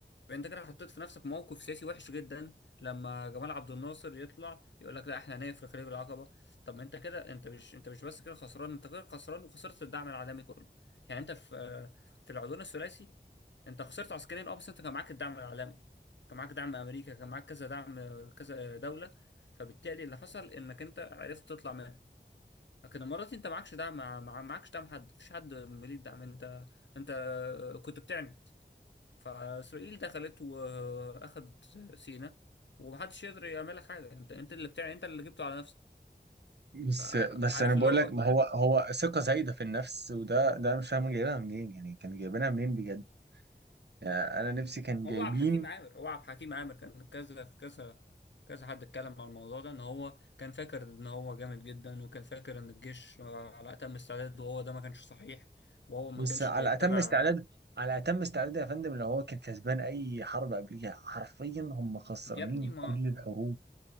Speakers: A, on the left; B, on the right.
A: فانت كده حطيت في نفسك موقف سياسي وحش جدا لما جمال عبد الناصر يطلع يقول لك لا احنا هنقفل خليج العقبة طب ما انت كده انت مش انت مش بس كده خسران انت كده خسران وخسرت الدعم العالمي كله يعني انت في في العدوان الثلاثي انت خسرت عسكريا اه بس انت كان معاك الدعم العالمي كان معاك دعم امريكا كان معاك كذا دعم كذا دولة فبالتالي اللي حصل انك انت عرفت تطلع منها لكن الامارات انت معكش دعم مع مع- معكش دعم حد مفيش حد مليك دعم انت انت كنت بتعند فاسرائيل دخلت واخدت سيناء ومحدش يقدر يعمل لك حاجه انت انت اللي بتاع انت اللي جبته على نفسك
B: بس
A: فعارف
B: بس انا بقول
A: اللي هو
B: لك ما هو هو ثقه زايده في النفس وده ده أنا مش فاهم جايبها منين يعني كان جايبينها منين بجد يعني انا نفسي كان
A: هو
B: جايبين
A: عبد الحكيم عامر هو عبد الحكيم عامر كان كذا في كذا كذا حد اتكلم على الموضوع ده ان هو كان فاكر ان هو جامد جدا وكان فاكر ان الجيش على اتم استعداد وهو ده ما كانش صحيح وهو ما
B: بص
A: كانش
B: على
A: بيتبع
B: اتم استعداد على اتم استعداد يا فندم لو هو كان كسبان اي حرب قبليها حرفيا هم خسرانين
A: يا ابني ما
B: كل الحروب